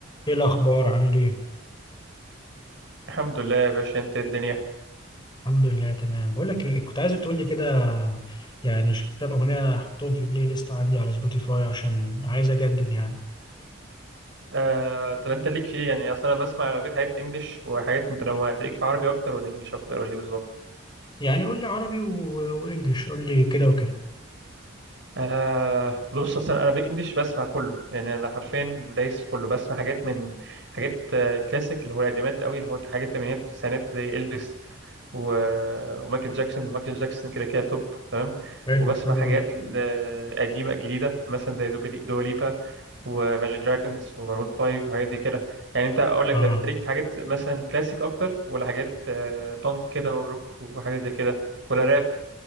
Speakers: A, on the left; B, on the right.
A: ايه الاخبار عامل ايه
B: الحمد لله يا باشا انت إيه الدنيا
A: الحمد لله تمام بقول لك ايه كنت عايزك تقول لي كده يعني ش- كام اغنيه احطهم في بلاي ليست عندي على سبوتيفاي عشان عايز اجدد يعني
B: آه، طب انت ليك في ايه يعني اصلا انا بسمع اغلبيه حاجات انجلش وحاجات متنوعه انت ليك في عربي اكتر ولا انجلش اكتر ولا ايه بالظبط
A: يعني قول لي عربي و- وانجليش قول لي كده وكده
B: آه بص اصلا انا بانجلش بسمع كله يعني انا حرفيا دايس في كله بسمع حاجات من حاجات آه، كلاسيك اللي هو القديمات قوي اللي هو حاجات الثمانينات والتسعينات زي الفيس و... ومايكل جاكسون ومايكل جاكسون كده كده توب تمام
A: حلو
B: وبسمع
A: حلو
B: حاجات
A: قوي
B: آه، قديمه جديده مثلا زي دوبليبا وماجن دراجونز ومارون 5 وحاجات دي كده يعني انت اقول لك
A: اه
B: طيب انت ليك في حاجات مثلا كلاسيك اكتر ولا حاجات آه، بانك كده وروك وحاجات زي كده ولا راب